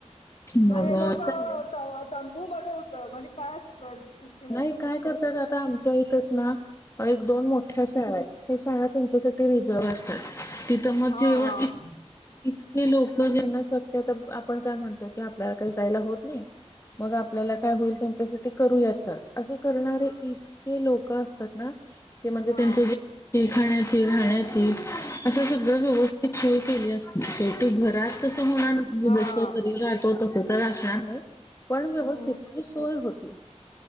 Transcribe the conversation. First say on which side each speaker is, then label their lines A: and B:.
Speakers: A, on the left; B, on the left.
A: मग
B: म हे लोकं
A: चाललंय
B: तव्हा तंबू मध्ये होतं म्हणजे काय असतं. <unintelligible>
A: नाही काय करतात आता आमच्या इथचं ना एक दोन मोठ्या शाळा आहेत. ते साळा त्यांच्यासाठी रिझर्व असतात तिथं मग
B: हां
A: जेवण.
B: हां
A: <inaudible> इतके लोक ज्यांना सतत अप आपण काय म्हणतो की आपल्याला काही जायला होत नाही मग आपल्याला काय होईल त्यांच्यासाठी करूया तर असे करणारे इतके लोक असतात ना की म्हणजे
B: हां
A: त्यांचे
B: हां
A: जे खाण्याची राहण्याची असं सगळं व्यवस्थित सोय केली असते शेवटी घरात तस होणार तजे
B: हां
A: जस घरी राहातो तसं तर असणार नाहीत, पण व्यवस्थित
B: हं,
A: म्हणजे सोय होते.